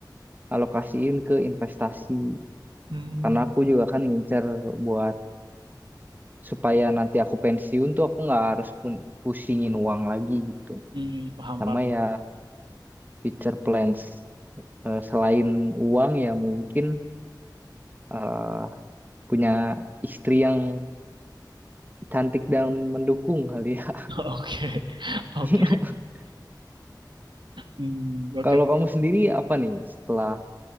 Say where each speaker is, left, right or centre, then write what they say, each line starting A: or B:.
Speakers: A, on the right; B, on the right.
A: alokasiin ke investasi.
B: mm,
A: Karena aku juga kan ngincer buat supaya nanti aku pensiun tuh aku nggak harus pun- pusingin uang lagi gitu.
B: mm, paham
A: Sama
B: Pak.
A: ya future plans Eh, selain uang ya mungkin eh, punya istri yang cantik dan mendukung kali ya.
B: <laughs> Oke, oke,
A: <laughs>
B: Hmm, oke,
A: Kalau kamu sendiri apa nih setelah